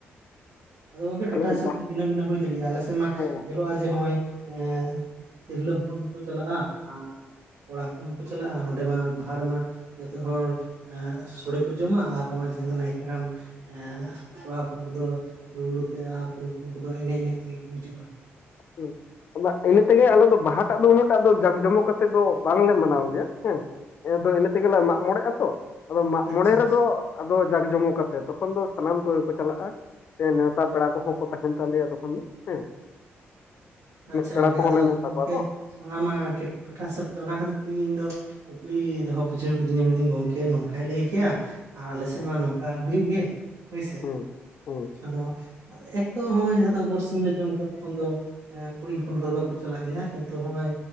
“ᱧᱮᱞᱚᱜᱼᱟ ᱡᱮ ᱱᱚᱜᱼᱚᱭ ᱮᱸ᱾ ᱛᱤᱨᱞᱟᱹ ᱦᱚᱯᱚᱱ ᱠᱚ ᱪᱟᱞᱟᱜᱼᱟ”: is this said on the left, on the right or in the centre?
Right